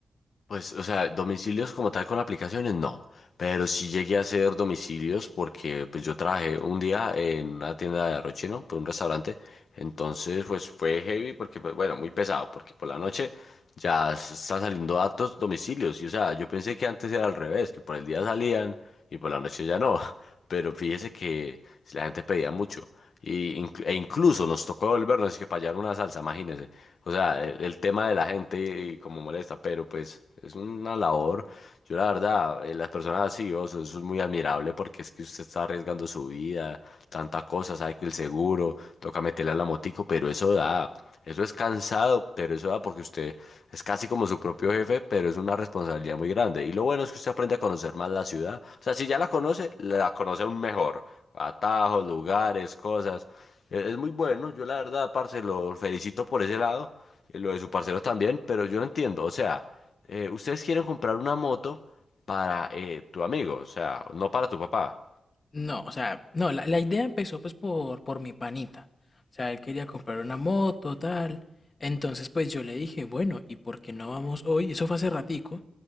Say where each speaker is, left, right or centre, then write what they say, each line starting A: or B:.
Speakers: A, on the left (about 70°); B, on the left (about 35°).
A: Pues, o sea, domicilios como tal con aplicaciones, no. Pero sí llegué a hacer domicilios porque pues yo trabajé un día en una tienda de arroz chino, pues un restaurante. Entonces, pues fue heavy porque, pues, bueno, muy pesado, porque por la noche ya s- está saliendo datos domicilios. Y o sea, yo pensé que antes era al revés, que por el día salían y por la noche ya no. <laughs> Pero fíjese que la gente pedía mucho. Y, inclu- e incluso nos tocó devolvernos, es que para hallar una salsa, imagínese. O sea, el, el tema de la gente y, como molesta, pero pues es una labor. Yo la verdad, eh, las personas así, oh, eso, eso es muy admirable porque es que usted está arriesgando su vida, tanta cosa, sabe que el seguro, toca meterle a la motico, pero eso da, eso es cansado, pero eso da porque usted es casi como su propio jefe, pero es una responsabilidad muy grande. Y lo bueno es que usted aprende a conocer más la ciudad. O sea, si ya la conoce, la conoce aún mejor. Atajos, lugares, cosas. Es es muy bueno, yo la verdad, parce, lo felicito por ese lado, eh, lo de su parcero también, pero yo no entiendo, o sea, eh, ustedes quieren comprar una moto para eh, tu amigo, o sea, no para tu papá.
B: No, o sea, no, la, la idea empezó pues por, por mi panita. O sea, él quería comprar una moto, tal. Entonces pues yo le dije, bueno, ¿y por qué no vamos hoy? Eso fue hace ratico.